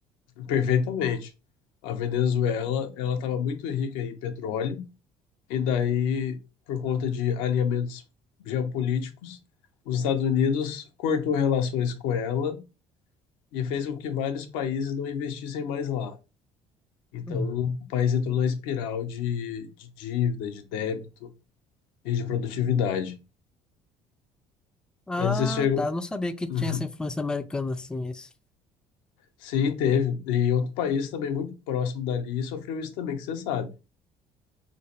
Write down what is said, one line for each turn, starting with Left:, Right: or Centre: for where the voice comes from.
Left: perfeitamente. A Venezuela, ela estava muito rica em petróleo, e daí, por conta de alinhamentos geopolíticos, os Estados Unidos cortou relações com ela e fez com que vários países não investissem mais lá. Então,
Centre: Uhum.
Left: o país entrou numa espiral de, de dívida, de débito e de produtividade.
Centre: Ah,
Left: Eu não sei se chegou.
Centre: tá. Eu não sabia que tinha
Left: Uhum.
Centre: essa influência americana, assim, isso.
Left: Sim, teve. E outro país também muito próximo dali sofreu isso também, que você sabe.